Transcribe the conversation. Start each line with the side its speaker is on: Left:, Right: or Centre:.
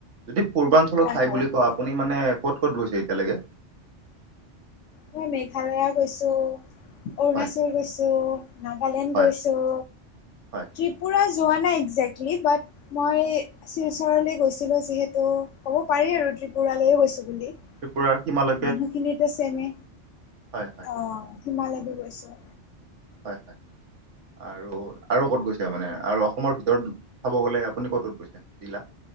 Right: যদি পূৰ্বাঞ্চলত
Left: হয়
Right: ঠাই
Left: হয়
Right: বুলি
Left: হয়
Right: কোৱা আপুনি মানে ক'ত ক'ত গৈছে এতিয়ালৈকে?
Left: মই মেঘালয়া গৈছো, অৰুণাচল
Right: হয়।
Left: গৈছোঁ, নাগালেণ্ড
Right: হয়,
Left: গৈছোঁ,
Right: হয়,
Left: ত্ৰিপুৰা যোৱা নাই একজেক্লি বাট মই শিলচৰলৈ গৈছিলোঁ যিহেতু ক'ব পাৰি আৰু ত্ৰিপুৰালৈও গৈছোঁ বুলি।
Right: ত্ৰিপুৰাৰ সীমালৈ
Left: মানুহখিনিতো চেমে।
Right: হয়, হয়,
Left: অ' সীমালৈকে গৈছোঁ।
Right: হয় হয়। আৰু আৰু ক'ত গৈছে? মানে আৰু অসমৰ ভিতৰত চাব গ'লে আপুনি ক'ত ক'ত গৈছে জিলা?